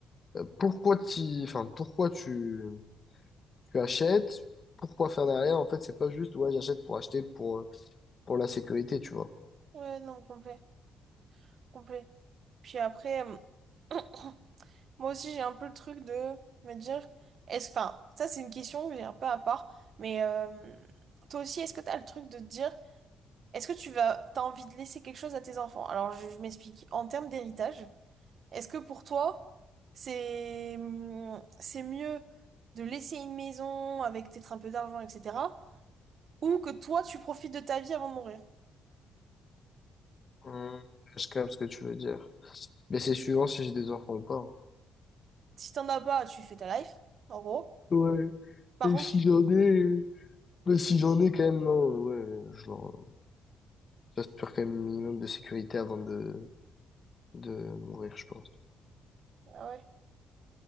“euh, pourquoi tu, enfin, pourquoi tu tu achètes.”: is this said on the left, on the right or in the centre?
Left